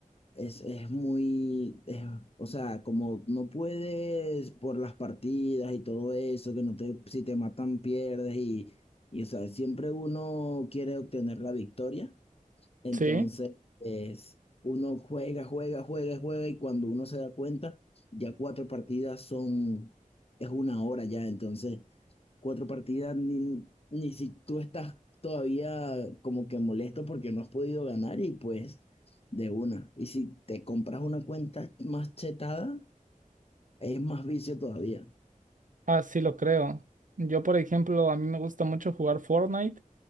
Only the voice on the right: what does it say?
sí,
así lo creo. Yo, por ejemplo, a mí me gusta mucho jugar Fortnite